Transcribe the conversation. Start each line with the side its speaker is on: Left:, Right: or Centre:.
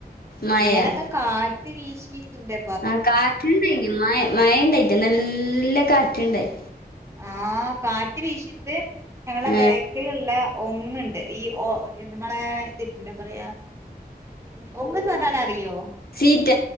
Left: മഴ
Right: ഇന്നലൊക്കെ കാറ്റ് വീശീട്ടിന്റെ
Left: ആ കാറ്റുണ്ടായിന് മഴ മഴ ഉണ്ടായിറ്റ നല്ല കാറ്റുണ്ടായി
Right: ആ കാറ്റ് വീശിട്ട് ഞങ്ങടെ ബാ
Left: ഏഹ്
Right: ബേക്കിലുള്ള ഉങ്ങുണ്ട് ഈ മ്മളെ ഇതി എന്താ പറയാ ഒങ്ങന്ന് പറഞ്ഞാല അറിയോ
Left: സീറ്റ